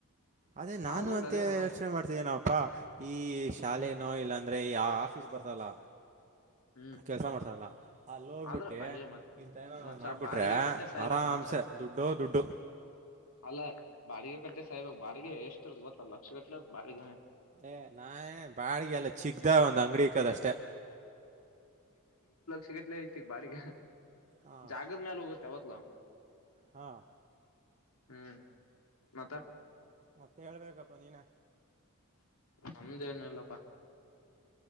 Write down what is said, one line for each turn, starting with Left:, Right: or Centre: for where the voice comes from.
Right: ಅದೇ
Left: ನಾವ್
Right: ನಾನು
Left: ಮುಂದ್
Right: ಅಂತ
Left: ಅದೇ ಮಾಡವ
Right: ಯೋಚನೆ ಮಾಡ್ತಿದ್ದೀನಪ್ಪಾ ಈ ಶಾಲೆನೋ
Left: ಹ್ಮ್
Right: ಇಲ್ಲ ಅಂದರೆ ಯ ಆಫೀಸ್ ಬರ್ತಲ್ಲ
Left: ಹ್ಮ್
Right: ಕೆಲ್ಸ ಮಾಡ್ಸಾರಲ್ಲ ಅಲ್ಲಿ ಹೋಗ್ಬಿಟ್ಟಿ
Left: ಆದ್ರ ಅಯ ಮತ್
Right: ನಿ ತೈನ
Left: ಮಚ್ಚ
Right: ಮಾಡ್ಬಿಟ್ರೆ
Left: ಬಾಡಿಗೆ ಕಟ್ಟೆ ಸಾಯ್ಬೇಕಕ್
Right: ಆರಾಮ
Left: ಮಚ್ಚ
Right: ಮಸ ದುಡ್ಡು ದುಡ್ಡು
Left: ಅಲ್ಲ ಬಾಡಿಗೆ ಕಟ್ಟೆ ಸಾಯಬ ಬಾಡಿಗೆ ಎಷ್ಟ ಗೊತ್ತ ಲಕ್ಷ ಕಟ್ಲೆ ಬಾಡಿಗೆ
Right: ಏ ನಾ ಬಾಡಿಗೆ ಎಲ್ಲ ಚಿಕ್ದ ಒಂದ್ ಅಂಗಡಿ ಇಕ್ಕದಷ್ಟೇ
Left: ಸಿಗಲ ಐತಿ ಬಾಡಿಗೆ
Right: ಹಾಂ
Left: ಜಾಗದ ಮಲು ಒಗ ತ ಹೊತ್ಲ
Right: ಹಾಂ
Left: ಹ್ಮ್ ಮತ್ತ
Right: ಮತ್ತೆ ಹೇಳ್ಬೇಕಪ್ಪಾ ನೀನ
Left: ನಮ್ದೇನಲ್ಲಪ್ಪಾ